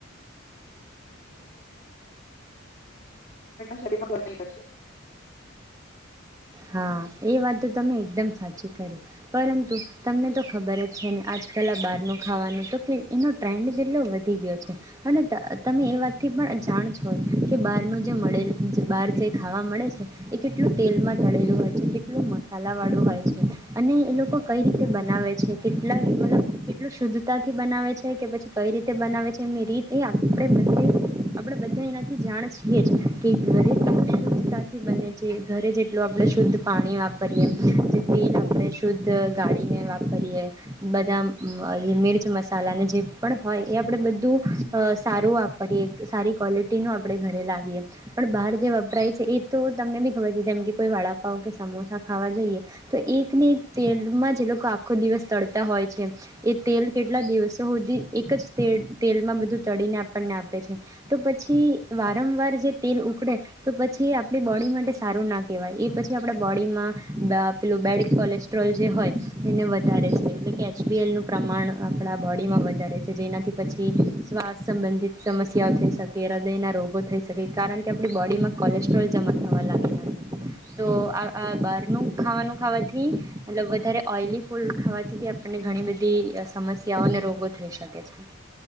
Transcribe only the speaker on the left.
શરીરમાં નહીં કરશે.